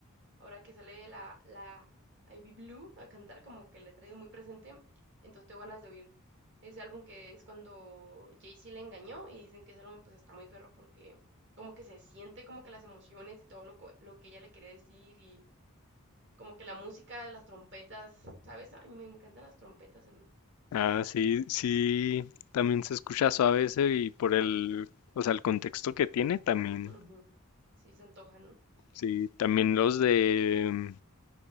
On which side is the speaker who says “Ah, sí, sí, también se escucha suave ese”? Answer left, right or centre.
Left